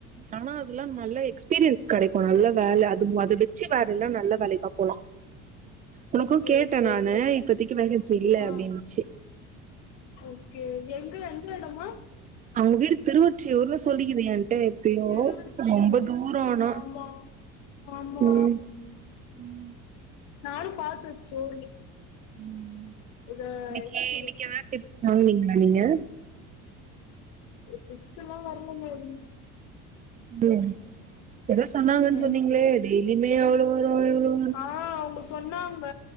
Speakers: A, on the right; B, on the left.
A: ஆனா அதெல்லா நல்ல எக்ஸ்பீரியன்ஸ் கடைக்கும் நல்ல வேல அது அத வெச்சு வேற எல்லாம் நல்ல வேலைக்கா போலா உனக்கும்
B: ஓகே
A: கேட்டே
B: ஓகே
A: நானு இப்பத்திக்கு வேகன்சி இல்ல
B: ஆ
A: அப்டின்னுச்சு
B: ஓகே எங்க எந்த இடமா
A: அவ்ங்க வீடு திருவற்றியூர்னு சொல்லிக்கீது ஏன்ட்டே <unintelligible>
B: திருவொற்றியூர்
A: ரொம்ப தூரோ
B: ஆமா
A: ஆனா
B: ஆமா ஆமா
A: உம் உம்
B: நானு பாத்தே ஸ்டோரி
A: உம்
B: இத
A: இன்னக்கீ
B: எச் டி
A: இன்னீக்கீ
B: எஃப் சி
A: ஏதாவ்து டிப்ஸ் வாங்குவீங்களா நீங்க
B: டிபஸ் எல்லா வரல மா எதுவு
A: உம் எதோ சொன்னாங்கன்னு
B: ம்
A: சொன்னீங்களே டெய்லியுமே அவ்ளோ வரு இவ்ளோ
B: ஆ அவுங்க சொன்னாங்க